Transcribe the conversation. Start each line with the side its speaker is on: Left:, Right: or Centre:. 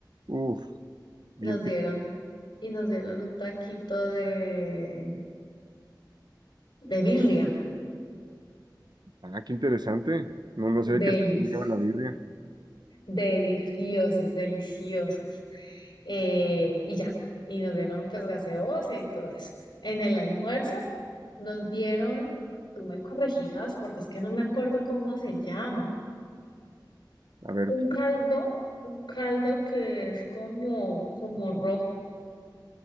Right: Uf,
Left: nos
Right: bien
Left: dieron
Right: pic-
Left: y nos dieron un taquito de, de birria.
Right: Ah, qué interesante. No, no sé
Left: Delicioso.
Right: qué lleva la birria.
Left: Deliciosos, deliciosos. Eh, y ya, y nos dieron pues gaseosa y todo eso. En el almuerzo nos dieron, tú me corregirás porque es que no me acuerdo cómo se llama,
Right: A ver,
Left: un caldo, un caldo que es como, como rojo.